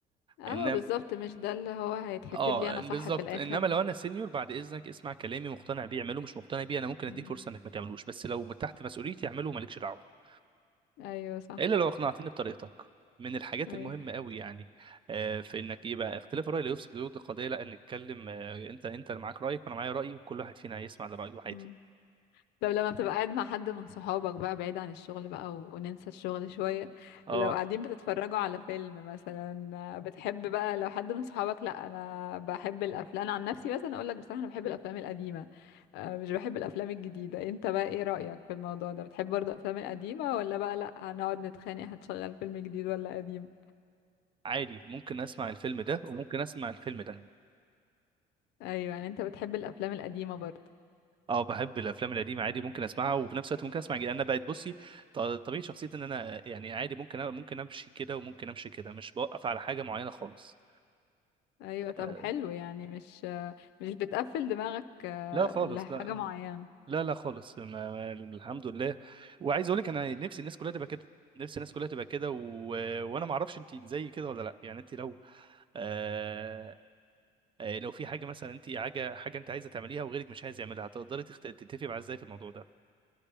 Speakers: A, on the left; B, on the right.
A: اه
B: انما
A: بالظبط مش ده اللي هو هيتحسب
B: اه
A: لي انا
B: بالظبط
A: صح في الاخر
B: انما لو انا سينيور بعد اذنك اسمع كلامي مقتنع بيه اعمله مش مقتنع بيه انا ممكن اديك
A: مم.
B: فرصه انك ما تعملوش بس لو تحت مسؤوليتي اعمله مالكش دعوه
A: ايوه صح
B: الا لو اقنعتني بطريقتك من الحاجات
A: ايوه
B: المهمه قوي يعني آه في انك يبقى اختلاف الراي لا يفسد للود القضيه لا نتكلم آه انت انت اللي معاك رايك وانا معايا رايي وكل واحد فينا هيسمع لرايه عادي
A: مم. طب لما بتبقى قاعد مع حد من صحابك بقى بعيد عن الشغل بقى و... وننسى الشغل شوية
B: اه
A: لو قاعدين بتتفرجوا على فيلم مثلا بتحب بقى لو حد من صحابك لا انا بحب الافلام انا عن نفسي مثلا اقول لك بصراحة انا بحب الافلام القديمة آه، مش بحب الافلام الجديدة انت بقى ايه رأيك في الموضوع ده بتحب برضه الافلام القديمة ولا بقى لا هنقعد نتخانق هتشغل فيلم جديد ولا قديم
B: عادي ممكن اسمع الفيلم ده وممكن اسمع الفيلم ده
A: ايوه يعني انت بتحب الافلام القديمة برضه
B: اه بحب الافلام القديمه عادي ممكن اسمعها وفي نفس الوقت ممكن اسمع جديد انا بقت بصي ط- طبيعه شخصيتي ان انا يعني عادي ممكن أ- ممكن امشي كده وممكن امشي كده مش بوقف على حاجه معينه خالص
A: ايوه طب
B: آه،
A: حلو يعني مش مش بتقفل دماغك آه،
B: لا خالص
A: لحاجة
B: لا
A: معينة
B: لا لا خالص ما- ما- الحمد لله وعايز اقول لك انا نفسي الناس كلها تبقى كده نفسي الناس كلها تبقى كده و... وانا ما اعرفش انت زي كده ولا لا يعني انت لو آه... آه، لو في حاجه مثلا انت حاجه حاجه انت عايزه تعمليها وغيرك مش عايز يعملها هتقدري تخت... تتفقي معاه ازاي في الموضوع ده